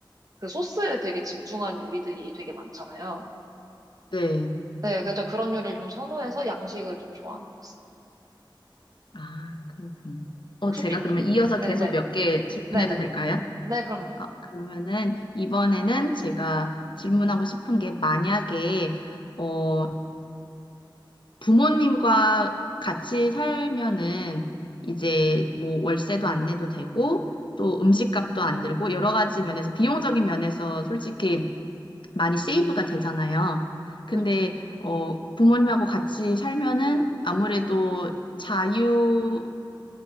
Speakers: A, on the right (about 45°); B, on the left (about 70°).
A: 그 소스에 되게 집중한 요리들이 되게 많잖아요.
B: 네.
A: 네, 그래서 그런 요리를 좀 선호해서 양식을 좀 좋아하는 것 같습니다.
B: 아, 그렇군요. 어,
A: 혹시
B: 제가
A: 삐님,
B: 그러면 이어서
A: 네,
B: 계속
A: 네.
B: 몇 개 질문해도
A: 네네.
B: 될까요?
A: 네, 그럼요.
B: 아, 그러면은 이번에는 제가 질문하고 싶은 게 만약에 어, 부모님과 같이 살면은 이제 뭐 월세도 안 내도 되고 또 음식값도 안 들고 여러 가지 면에서 비용적인 면에서 솔직히 많이 세이브가 되잖아요. 근데
A: 그쵸.
B: 어, 부모님하고 같이 살면은 아무래도 자유